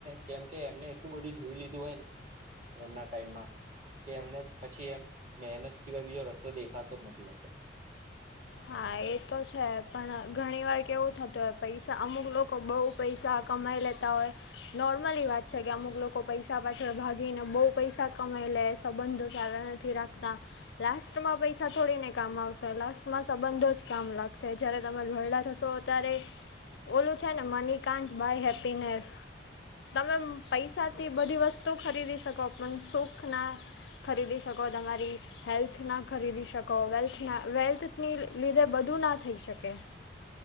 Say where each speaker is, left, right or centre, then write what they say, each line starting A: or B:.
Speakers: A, on the right; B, on the left.
A: કેમ કે એમને એટલું બધું જોઈ લીધું હોયને એમના ટાઈમમાં. કે એમને પછી એમ મહેનત સિવાય બીજો રસ્તો દેખાતો જ નથી હોતો.
B: હા એ તો છે પણ ઘણી વાર કેવું થતું હોય પૈસા અમુક લોકો બઉ પૈસા કમાઈ લેતા હોય. નોર્મલી વાત છે કે અમુક લોકો પૈસા પાછળ ભાગીને બહુ પૈસા કમાઈ લે સંબંધો ચ રાખતા, લાસ્ટમાં પૈસા થોડીને કામ આવશે લાસમાં સંબંધો જ કામ લાગશે જયારે તમે વરડા થશો ત્યારે, ઓલું છે ને મની ક માઇ હેપીનેસ. તમે પૈસા થી બધી વસ્તુ ખરીદી શકો પણ સુખ ના ખરીદી શકો તમારી હેલ્થ ના ખરીદી શકો વેલ્થના વેલ્થ ની લીધે બધું ના થઈ શકે.